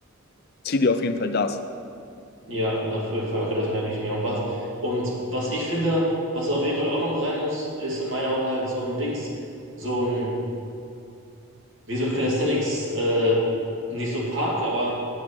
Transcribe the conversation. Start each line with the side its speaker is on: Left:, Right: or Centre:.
Left: zieh dir auf jeden Fall das.
Right: Ja, auf jeden Fall, okay, das merke ich mir. Und was, und was ich finde, was auf jeden Fall auch noch mit rein muss, ist in meinen Augen halt so ein Dings, so ein, wie so ein Calisthenics, äh, nicht so Park, aber